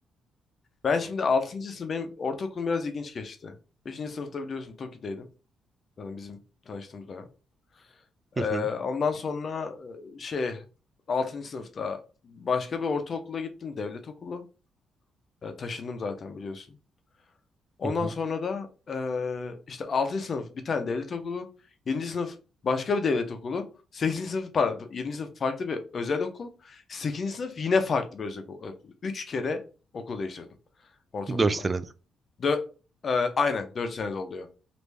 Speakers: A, on the left (about 45°); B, on the right (about 30°).
A: ben şimdi altıncı sınıf benim ortaokulum biraz ilginç geçti. Beşinci sınıfta biliyorsun Toki'deydim. Yani bizim tanıştığımız dönem. Ee,
B: Hı hı,
A: ondan sonra e, şey altıncı sınıfta başka bir ortaokula gittim devlet okulu. Ee, taşındım zaten biliyorsun. Ondan
B: hı hı.
A: sonra da eee, işte altıncı sınıf bir tane devlet okulu, yedinci sınıf başka bir devlet okulu, sekizinci sınıf pardon, yedinci sınıf farklı bir özel okul, sekizinci sınıf yine farklı bir özel okul. 3 kere okul değiştirdim ortaokulda.
B: Dört senede.
A: Dö eee, aynen 4 sene oluyor.